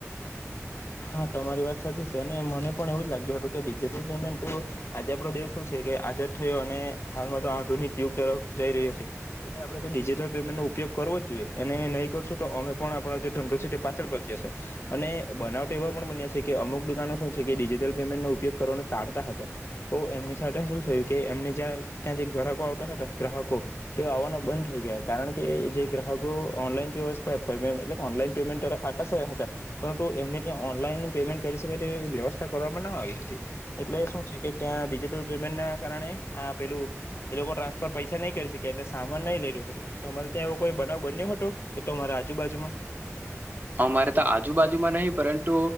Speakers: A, on the left; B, on the right.
A: હા તમારી વાત સાચી છે. અને મને પણ એવું જ લાગ્યું હતું કે ડિજિટલ પેમેન્ટ આજે આપડો દેેશ શું છે કે આાઝાદ થયો અને હાલમાં તો આધુનિક યુગ તરફ જઈ રહ્યો છે એટલે આપડે તો ડિજિટલ પેમેન્ટ નો ઉપયોગ કરવો જ જોઈએ અને નહી કરશું તો અમે પણ આપણ જે ઢંડો છે પાછળ પળી જસે. અને બનાવટ તેવા પણ બન્યા છે કે અમુક દુકાનો શું છે ડીજીટલ પેમેન્ટ નો ઉપયોગ કરવાને તાળતા હતા તો એમની સાથે શું થયું કે એમને જ્યાં ત્યાં ગ્રાહકો આવતા હતા ગ્રાહકો તે આવવાના બંધ થઈ ગયા કારણ કે જે ગ્રાહકો ઓનલાન <unintelligible> ઓનલાન પેમેન્ટ તરફ આકાસયા હતા પરંતુ એમ ઓનલાઈન પેમેન્ટ કરી જેવી તેવી વેવસ્તા કરવામાં ન આવી હતી. એટલે શું છે કે ત્યાં ડિજિટલ પેમેન્ટ ના કારણે આ પેલું એ લોકો ટ્રાન્સફર પૈસા નહી કરી શક્યા એટલે સામાન નહી લેય હતુ તમાત્ય એવો કોઈ બનાવ બન્યો હતો કે તમારા આજુબાજુમાં
B: અમારે તો આજુબાજુમાં નહીં પરંતુ